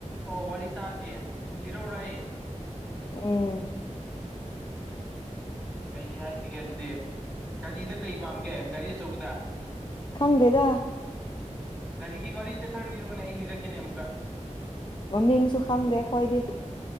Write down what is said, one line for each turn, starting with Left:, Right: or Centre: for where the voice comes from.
Centre: ꯑꯣ ꯋꯥꯔꯤ ꯇꯥꯒꯦ ꯂꯤꯔꯥꯛꯑꯣꯔꯥ ꯑꯩ
Left: ꯎꯝ
Centre: ꯎꯝ ꯀꯩ ꯍꯥꯏꯁꯤꯒꯦ ꯑꯗꯨꯗꯤ ꯒꯥꯔꯤꯗ ꯀꯩ ꯄꯥꯝꯒꯦ ꯒꯥꯔꯤ ꯑꯆꯧꯕꯗ
Left: ꯈꯪꯗꯦꯗ
Centre: ꯒꯥꯔꯤꯒꯤ ꯋꯥꯔꯤꯖꯦ ꯈꯔ ꯂꯤꯔꯣꯅꯦ ꯑꯩ ꯂꯤꯔꯛꯀꯦꯅꯦ ꯑꯃꯨꯛꯀꯥ
Left: ꯃꯃꯤꯡꯁꯨ ꯈꯪꯗꯦ ꯑꯈꯣꯏꯗꯤ